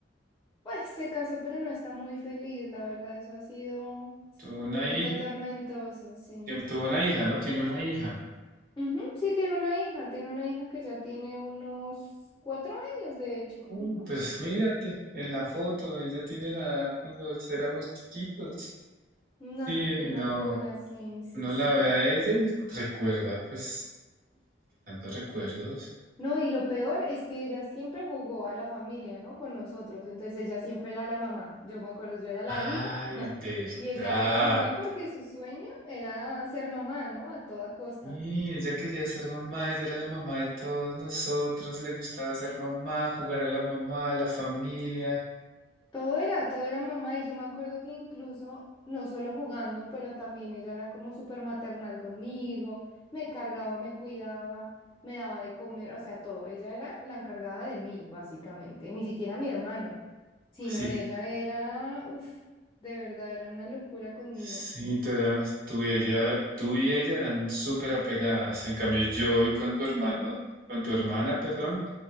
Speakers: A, on the left; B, on the right.
A: Pues se casó, pero no está muy feliz, la verdad, eso ha sido un
B: Tuvo una,
A: poquito
B: hi-
A: tormentoso, sí.
B: tuvo una hija, ¿no? Tiene una hija.
A: Ujú, sí, tiene una hija, tiene una hija que ya tiene unos cuatro años, de hecho.
B: Uh,
A: Ujú.
B: pues mírate, en la foto, ella tiene la edad cuando éramos chiquitos.
A: No,
B: Sí,
A: qué locura,
B: no,
A: sí, sí,
B: no
A: sí.
B: la ve a ella y recuerda, pues, que tantos recuerdos.
A: No, y lo peor es que ella siempre jugó a la familia, ¿no? Con nosotros, entonces ella siempre era la mamá. Yo me acuerdo, yo era la
B: Ay,
A: hija
B: verdad.
A: Y ella era la mamá porque su sueño era ser mamá, ¿no? A toda costa.
B: Y ella quería ser mamá, ella era la mamá de todos nosotros, le gustaba ser mamá, jugar a la mamá, a la familia.
A: Todo era, todo era mamá y yo me acuerdo que incluso, no solo jugando, pero también ella era como súper maternal conmigo, me cargaba, me cuidaba, me daba de comer, o sea, todo. Ella era la encargada de mí, básicamente, ni siquiera mi hermano, sino
B: Sí,
A: ella era, uff, de verdad, era una locura conmigo.
B: Sí, tú, eras, tú y ella, tú y ella eran súper apegadas. En cambio, yo y con tu hermano, con tu hermana, perdón,